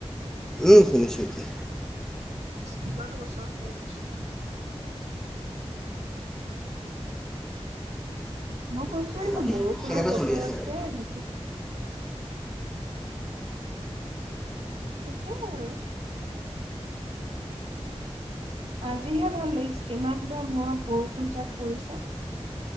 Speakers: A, in the centre; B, on the right.
A: উম, শুনিছো এতিয়া।
B: হস্পিটেলৰ ওচৰত থৈ গৈছিলো মই মোক কৈছোয়ে
A: পিছে বাকী
B: ন বৰষুণৰ
A: কেনেকুৱা
B: বতৰত
A: চলি আছে আৰু
B: যে এনেকে ঠিকে হে আৰু। আজিহে ভাল লাগিছে ইমান দিনৰ মূৰত বৰষুণ জাত পৰিছে।